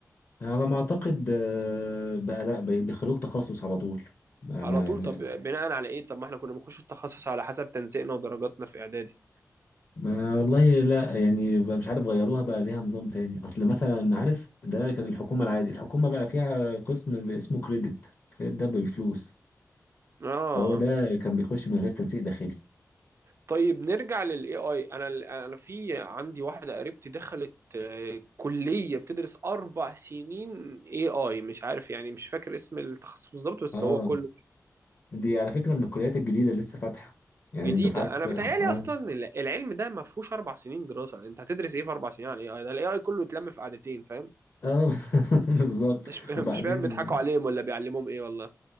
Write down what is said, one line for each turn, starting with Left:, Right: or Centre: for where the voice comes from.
Left: على ما اعتقد آه، بقى لا بيدخلوك تخصص على طول ما,
Right: على
Left: ما,
Right: طول
Left: لا.
Right: طب بناء على ايه؟ طب ما احنا كنا بنخش التخصص على حسب تنسيقنا ودرجاتنا في إعدادي.
Left: ما والله لا يعني بقى مش عارف غيروها بقى ليها نظام تاني اصل مثلا عارف ده كان الحكومة العادي الحكومة بقى فيها قسم اسمه كريدت كريدت ده بفلوس
Right: اه
Left: فهو ده كان بيخش من غير تنسيق داخلي
Right: طيب نرجع للاي اي انا انا في عندي واحده قريبتي دخلت آه، كليه بتدرس اربع سنين اي اي مش عارف يعني مش فاكر اسم التخصص بالظبط بس
Left: اه
Right: هو كله
Left: دي على فكرة من الكليات الجديدة اللي لسه فاتحة يعني
Right: جديده
Left: الدفعات
Right: انا
Left: اه
Right: بتهيالي اصلا ال- العلم ده ما فيهوش اربع سنين دراسه يعني انت هتدرس ايه في اربع سنين عن الاي اي ده الاي اي كله اتلم في قعدتين فاهم
Left: اه <laughs> بالظبط
Right: مش فاهم
Left: وبعدين
Right: مش فاهم بيضحكوا عليهم ولا بيعلموهم ايه والله